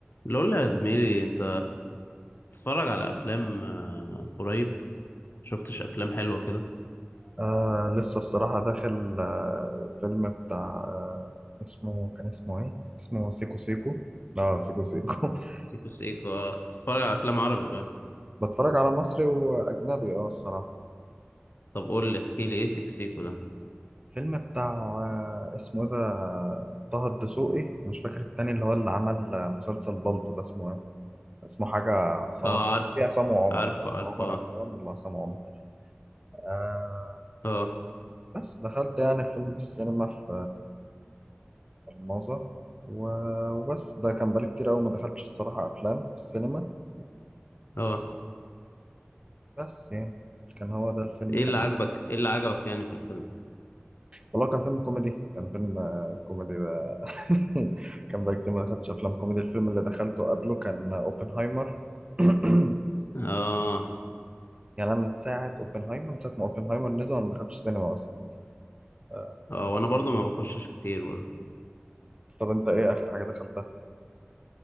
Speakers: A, on the left (about 60°); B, on the right (about 25°).
A: اللي اقول يا زميلي انت تتفرج على افلام آه، قريب شفتش افلام حلوه كده
B: آه لسه الصراحة داخل آه فيلم بتاع آه اسمه كان اسمه ايه؟ اسمه سيكو سيكو اه سيكو سيكو <laughs>
A: سيكو سيكو اه انت بتتفرج على افلام عربي بقى
B: بتفرج على مصري وأجنبي اه الصراحة
A: طب قول لي احكي لي ايه سيكو سيكو ده
B: فيلم بتاع آه اسمه ايه ده طه الدسوقي ومش فاكر التاني اللي هو اللي عمل آه، مسلسل بالطو ده اسمه ايه؟ اسمه حاجة عصام
A: اه عارفه
B: في عصام وعمر
A: عارفه
B: مش عارف
A: عارفه
B: عمر
A: اه
B: عصام ولا عصام عمر آه
A: اه
B: بس دخلت يعني الفيلم في السينما في الماظة و- وبس ده كان بقالي كتير أوي ما دخلتش الصراحة أفلام في السينما
A: اه
B: بس يعني كان هو ده الفيلم
A: ايه
B: كان
A: اللي عجبك ايه اللي عجبك يعني في الفيلم
B: والله كان فيلم كوميدي كان فيلم آه، كوميدي بقى. <laughs> كان بقالي كتير ما دخلتش أفلام كوميدي الفيلم اللي دخلته قبله كان أوبنهايمر <clears throat>
A: اه
B: يعني أنا من ساعة أوبنهايمر من ساعة ما أوبنهايمر نزل وأنا ما دخلتش السينما أصلا آه،
A: اه وانا برضو ما بخشش كتير برضو
B: طب أنت إيه آخر حاجة دخلتها؟